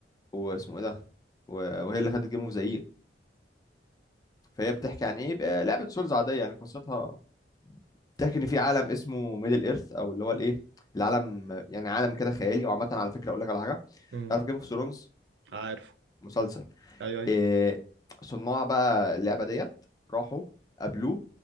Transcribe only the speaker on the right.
امم
عارف
ايوه ايوه